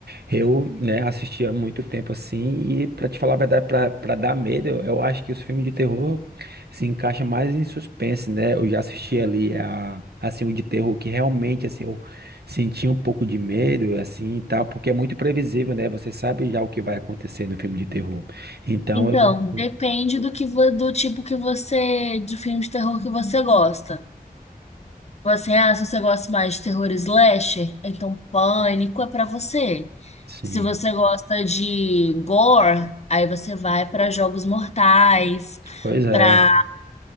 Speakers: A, on the right (about 85°); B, on the left (about 45°).
A: eu, né, assisti há muito tempo assim, e pra te falar a verdade, pra, pra dar medo, eu, eu acho que os filmes de terror se encaixam mais em suspense, né? Eu já assisti ali a, assim, um de terror que realmente, assim, eu senti um pouco de medo, assim, e tal, porque é muito previsível, né? Você sabe já o que vai acontecer no filme de terror. Então,
B: Então,
A: eu não...
B: depende do que vo- do tipo que você, de filme de terror que você gosta. Você, ah, se você gosta mais de terror slasher, então Pânico é pra você.
A: Sim,
B: Se você gosta de gore, aí você vai pra Jogos Mortais,
A: pois é.
B: pra